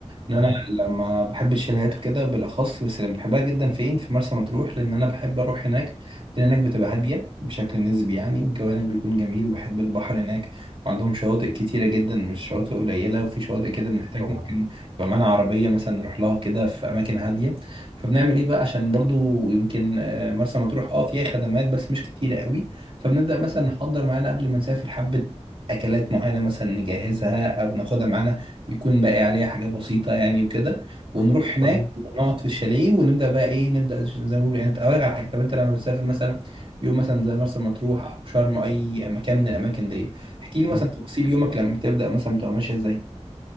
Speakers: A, on the right; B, on the right.
A: ان
B: اه
A: انا لما بحب الشاليهات وكده بالاخص بس اللي بحبها جدا فين في مرسى مطروح لان انا بحب اروح هناك لان هناك بتبقى هاديه بشكل نسبي يعني والجو هناك بيكون جميل وبحب البحر هناك وعندهم شواطئ كتيره جدا مش شواطئ قليله وفي شواطئ كده بنحتاج
B: طبعا
A: ممكن يبقى معانا عربيه مثلا نروح لها كده في اماكن هاديه فبنعمل ايه بقى عشان برضو يمكن آه، مرسى مطروح اه فيها خدمات بس مش كتيره قوي فبنبدأ مثلا نحضر معانا قبل ما نسافر حبة اكلات معينه مثلا نجهزها او ناخدها معانا يكون باقي عليها حاجات بسيطه يعني وكده ونروح هناك
B: صحيح
A: ونقعد في الشاليه ونبدا بقى ايه نبدا زي ما بيقولوا يعني اقول لك على حاجه طب انت لما بتسافر مثلا يوم مثلا زي مرسى مطروح او شرم أو اي مكان من الاماكن دي احكي لي مثلا
B: مم.
A: تفاصيل يومك لما بتبدا مثلا بتبقى ماشيه ازاي